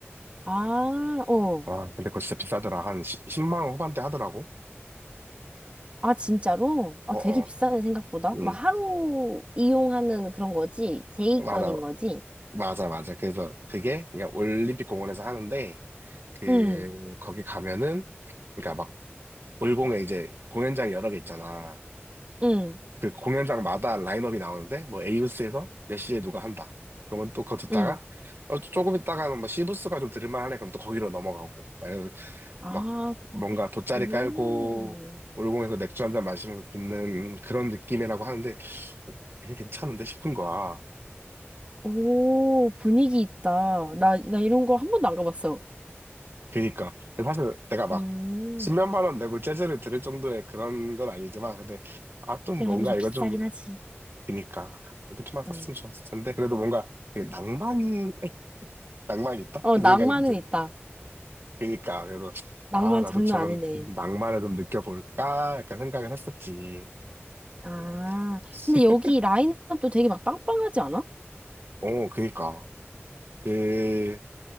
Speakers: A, on the right; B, on the right.
A: 아, 어.
B: 와 근데 그거 진짜 비싸더라 한 10, 만원 후반대 하더라고.
A: 아, 진짜로? 아,
B: 어어
A: 되게 비싸네, 생각보다.
B: 음
A: 막 하루 이용하는 그런 거지? 데이권인
B: 맞아
A: 거지?
B: 맞아 맞아. 그래서 그게 그냥 올림픽 공원에서 하는데 그
A: 응.
B: 거기 가면은 그러니까 막 올공에 이제 공연장 여러 개 있잖아.
A: 응.
B: 그 공연장마다 라인업이 나오는데 뭐 에이브스에서 몇 시에 누가 한다. 그러면 또 그거 듣다가
A: 응.
B: 어, 조금 있다가는 뭐 시브스가 좀 들을만하네. 그럼 또 거기로 넘어가고 아니면
A: 아,
B: 막 뭔가 돗자리
A: 오.
B: 깔고 올공에서 맥주 한 잔 마시면서 듣는 그런 느낌이라고 하는데 어, 되게 괜찮은데 싶은 거야.
A: 오, 분위기 있다. 나, 나 이런 거 한 번도 안 가봤어.
B: 그러니까 사실 내가 막
A: 음.
B: 십면만원 내고 재즈를 들을 정도의 그런 건 아니지만 근데 아 좀
A: 그래
B: 뭔가
A: 좀
B: 이거
A: 비싸긴
B: 좀
A: 하지.
B: 그니까 이렇게만 썼으면
A: 응.
B: 좋았을 텐데 그래도 뭔가 되게 낭만 낭만이 있다?
A: 어,
B: 이
A: 낭만은
B: 생각이 좀 들.
A: 있다.
B: 그니까, 그래서,
A: 낭만
B: 아, 나도
A: 장난
B: 저런
A: 아니네.
B: 낭만을 좀 느껴볼까? 약간 생각을 했었지.
A: 아,
B: 음. <laughs>
A: 근데 여기 라인업도 되게 막 빵빵하지 않아?
B: 어, 그니까. 그,